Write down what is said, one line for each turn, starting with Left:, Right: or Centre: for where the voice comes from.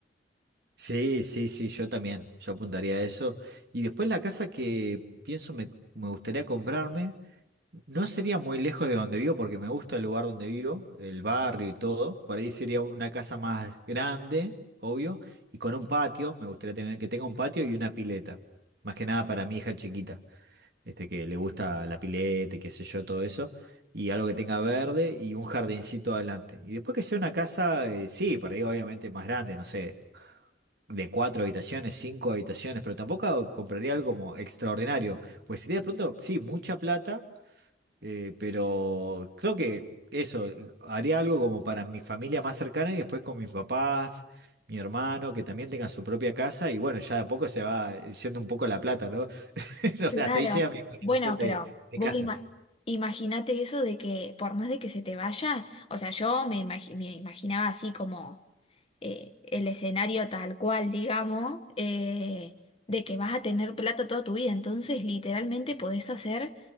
Right: Sí, sí, sí, yo también, yo apuntaría a eso. Y después la casa que pienso me, me gustaría comprarme. No sería muy lejos de donde vivo porque me gusta el lugar donde vivo, el barrio y todo. Por ahí sería una casa más grande, obvio, y con un patio. Me gustaría tener que tenga un patio y una pileta. Más que nada para mi hija chiquita, este que le gusta la pileta y qué sé yo, todo eso. Y algo que tenga verde y un jardincito adelante. Y después que sea una casa, eh, sí, por ahí obviamente más grande, no sé, de cuatro habitaciones, cinco habitaciones, pero tampoco compraría algo como extraordinario. Pues sería de pronto, sí, mucha plata eh, pero creo que eso, eh, haría algo como para mi familia más cercana y después con mis papás, mi hermano, que también tengan su propia casa y bueno, ya de a poco se va yendo un poco la plata, ¿no? <laughs> O
Left: Claro.
Right: sea, hasta ahí llega mi imaginación
Left: Bueno,
Right: de,
Left: pero
Right: de
Left: vos
Right: casas.
Left: ima- imaginate eso de que por más de que se te vaya, o sea, yo me, imagi- me imaginaba así como eh, el escenario tal cual, digamos, eh, de que vas a tener plata toda tu vida. Entonces, literalmente podés hacer